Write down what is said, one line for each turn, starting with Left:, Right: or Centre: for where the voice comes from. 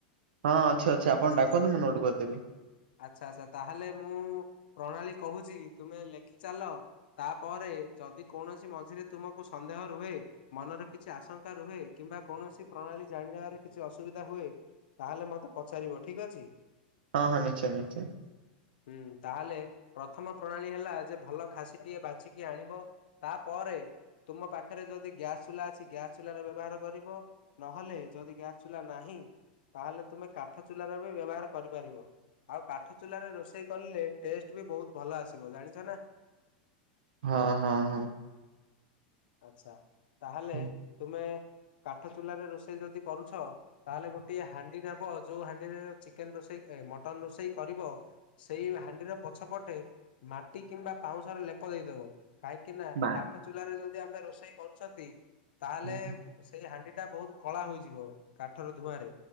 Right: ହଁ ଅଛି ଅଛି ଆପଣଡାନ୍ତୁ ମୁ ନୋଟ୍ କରିଦେବି।
Left: ଆଚ୍ଛା ଆଚ୍ଛା ତାହେଲେ ମୁଁ ପ୍ରଣାଳୀ କହୁଚି ତୁମେ ଲେଖିଚାଲ। ତାପରେ ଯଦି କୌଣସି ମଝିରେ ତୁମକୁ ସନ୍ଦେହ ରୁହେ ମନରେ କିଛି ଆଶଙ୍କା ରୁହେ କିମ୍ବା କୌଣସି ପ୍ରଣାଳୀ ଜାଣ ନେବାରେ କିଛି ଅସୁବିଧା ହୁଏ ତା ହେଲେ ମତେ ପଚାରିବ ଠିକ୍ ଅଛି।
Right: ହଁ ହଁ ନିଶ୍ଚୟ ନିଶ୍ଚୟ।
Left: ହୁଁ ତାହଲେ ପ୍ରଥମ ପ୍ରଣାଳୀ ହେଲା ଯେ ଭଲ ଖାଶି ଟିଏ ବାଛିକି ଆଣିବ। ତାପରେ ତୁମ ପାଖରେ ଯଦି ଗ୍ୟାସ୍ ଚୁଲା ଅଛି ଗ୍ୟାସ୍ ଚୁଲ ର ବ୍ୟବହାର କରିବ। ନହେଲେ ଯଦି ଗ୍ୟାସ୍ ଚୁଲା ନାହିଁ ତାହେଲେ ତୁମେ କାଠ ଚୁଲାର ବି ବ୍ୟବହାର କରିପାରିବ। ଆଉ କାଠ ଚୁଲାରେ ରୋଷେଇ କଲେ ଟେଷ୍ଟ ବି ବହୁତ ଭଲ ଆସିବ। ଜାଣିଚ ନା
Right: ହଁ ହଁ ହଁ।
Left: ଆଛା ତାହଲେ
Right: ହୁଁ
Left: ତୁମେ କାଠ ଚୁଲାରେ ରୋଷେଇ ଯଦି କରୁଛ ତାହେଲେ ଗୋଟିଏ ହାଣ୍ଡି ନେବ ଯୋଉ ହାଣ୍ଡିରେ ଚିକେନ ରୋଷେଇ ଏ ମଟ ଟନ ରୋଷେଇ କରିବ ସେଇ ହାଣ୍ଡିର ପଛ ପଟେ ମାଟି କିମ୍ବା ପାଉଁଶର ଲେପ ଦେଇଦବ। କାହିଁକି ନା
Right: ମା
Left: କାଠ ଚୁଲାରେ ଯଦି ଆମେ ରୋଷେଇ କରୁଚନ୍ତି ତାହେଲେ
Right: ହୁଁ
Left: ସେଇ ହାଣ୍ଡି ଟା ବହୁତ କଳା ହେଇଯିବ କାଠର ଧୂଆଁରେ